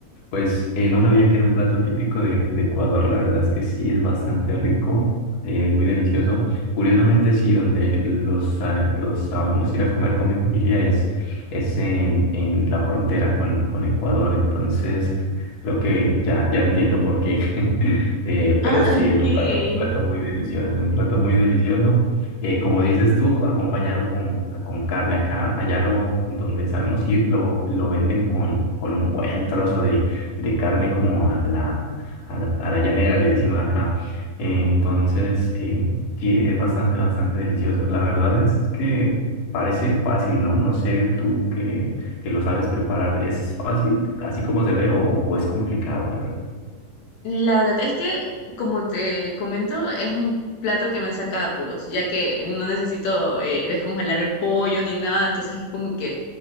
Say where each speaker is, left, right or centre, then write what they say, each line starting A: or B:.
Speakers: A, on the left; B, on the left.
A: Pues eh, no sabía que era un plato típico de, de Ecuador, la verdad es que sí es bastante rico, eh, muy delicioso. Curiosamente sí, donde los, eh, los sabemos ir a comer con mi familia es, es en, en la frontera con, con Ecuador, entonces... Creo que ya, ya entiendo por qué. <laughs> Eh, pero
B: Ah,
A: sí,
B: ok.
A: es un plato, un plato muy delicioso, es un plato muy delicioso. Eh, como dices tú, acompañado con, con carne. Acá, allá lo, donde sabemos ir, lo, lo venden con, con un buen trozo de, de carne como a la, a la, a la llanera, le decimos acá. entonces, eh, sí, es bastante, bastante delicioso. La verdad es que parece fácil, ¿no? No sé tú qué que lo sabes preparar, ¿es fácil, así como se ve, o, o es complicado, la verdad?
B: La verdad es que, como te comento, es un plato que me saca de apuros, ya que no necesito eh, descongelar el pollo ni nada, entonces es como que